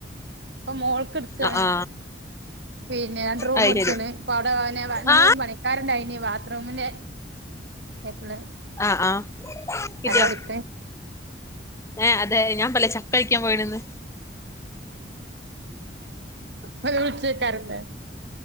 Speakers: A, on the right; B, on the left.
A: പ്പൊ മോൾക്ക് ട്ത്തേ.
B: ആ ആ
A: പിന്നെ രണ്ട്റൂം
B: അയി ശരി
A: ട്ത്തീണ്. പ്പ ഔടെ ഓനെ വന്ന്
B: ആ
A: പണി ക്കാര്ണ്ടായിനി ബാത്റൂമിന്റെ എപ്പളെ.
B: ആഹ് ആ. കിട്ടിയോ
A: അരാ വിളിക്ക്ണെ?
B: ഏ അതെ ഞാൻ പല്ലേ ചക്കഴിക്കാൻ പോയീണ്ന്ന്.
A: ഓല് വിളി ചോയിക്കാറ്ണ്ട്.